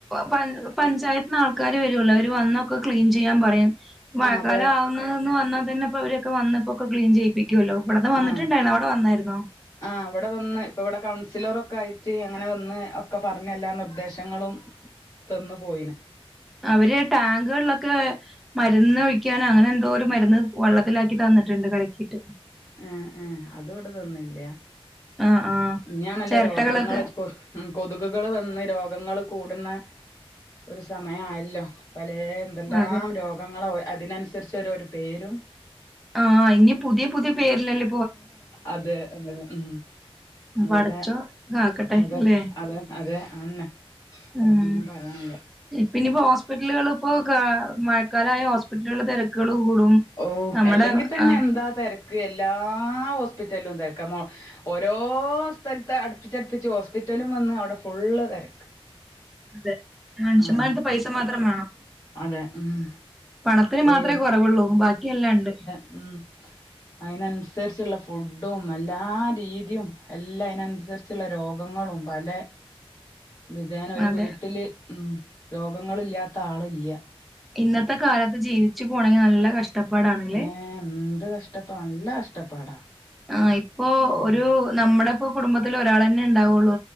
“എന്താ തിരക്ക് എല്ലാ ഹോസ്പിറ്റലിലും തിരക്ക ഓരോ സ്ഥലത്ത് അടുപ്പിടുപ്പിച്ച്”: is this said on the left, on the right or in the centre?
Left